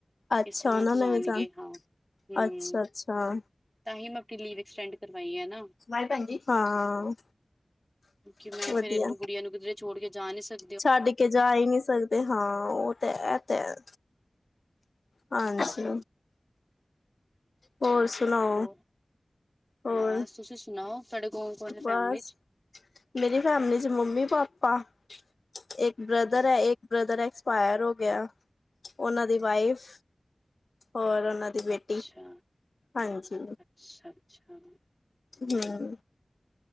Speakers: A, on the left; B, in the centre.
A: ਅੱਛਾ
B: ਇਸੇ ਮੰਥ
A: ਉਹਨਾਂ
B: ਜਾਣਗੇ
A: ਨੇ ਵੀ ਜਾਣ
B: ਹਾਂ। ਹਮ
A: ਅੱਛਾ ਅੱਛਾ
B: ਤਾਂ ਹੀ ਮੈਂ ਆਪਣੀ ਲੀਵ ਐਕਸਟੈਂਡ ਕਰਵਾਈਆ ਨਾ।
A: ਨਾਲ ਭੈਜੀ ਹਾਂ।
B: ਕਿ ਮੈਂ
A: ਵਧੀਆ
B: ਫੇਰ ਇਹਨੂੰ ਗੁੜੀਆਂ ਨੂੰ ਕਿੱਧਰੇ ਛੋੜ ਕੇ ਜਾ ਨੀ ਸਕ
A: ਛੱਡ ਕੇ ਜਾ ਹੀ ਨਹੀਂ ਸਕਦੇ ਹਾਂ ਉਹ ਤੇ ਇਹ ਤੇ ਹੈ। ਹਾਂਜੀ
B: ਤਾਂਹੀ
A: ਹੋਰ ਸੁਣਾਓ।
B: ਹੋਰ
A: ਹੋਰ
B: ਬਸ ਤੁਸੀਂ ਸੁਣਾਓ ਤੁਹਾਡੇ ਕੌਣ-ਕੌਣ ਹੈ
A: ਬਸ
B: ਫੈਮਿਲੀ ਚ।
A: ਮੇਰੀ ਫੈਮਲੀ ਚ ਮੰਮੀ, ਪਾਪਾ ਇੱਕ ਬ੍ਰਦਰ
B: ਓਕੇ
A: ਹੈ ਇੱਕ ਬ੍ਰਦਰ ਐਕਸਪਾਇਰ ਹੋ ਗਿਆ ਉਹਨਾਂ ਦੀ ਵਾਈਫ ਹੋਰ ਉਹਨਾਂ ਦੀ ਬੇਟੀ
B: ਅੱਛਾ
A: ਹਾਂਜੀ
B: ਅੱਛਾ ਅੱਛਾ
A: ਹਮ